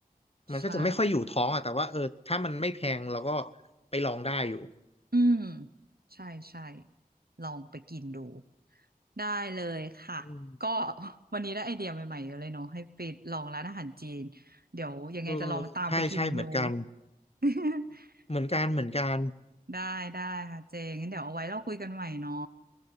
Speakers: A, on the left; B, on the right.
A: มันก็จะไม่ค่อยอยู่ท้องอ่ะแต่ว่าเออถ้ามันไม่แพงเราก็
B: ใช่
A: ไปลองได้อยู่
B: อืมใช่ใช่ลองไปกินดูได้เลยค่ะก็
A: อืม
B: <laughs> วันนี้ได้ไอเดียใหม่ๆเยอะเลยเนาะให้ไปลองร้านอาหารจีนเดี๋ยวยังไงจะลองตามไปกินดู
A: เออใช่ใช่เหมือนกัน
B: <laughs>
A: เหมือนกันเหมือนกัน
B: ได้ได้ค่ะเจงงั้นเดี๋ยวเอาไว้เราคุยกันใหม่เนาะ